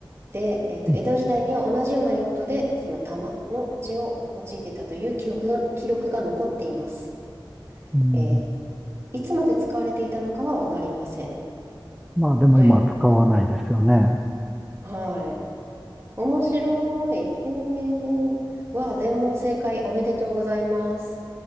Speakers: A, on the right (about 35°); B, in the centre.
A: で、えっと、
B: ん、
A: 江戸時代には同じような用途で、その玉の字を用いていたという記憶が、記録が残っています。
B: うん
A: えーいつまで使われていたのかはわかりません。
B: まあでも今は使わないですよね。
A: という、はい。面白い。えー、わあ、全問正解おめでとうございます。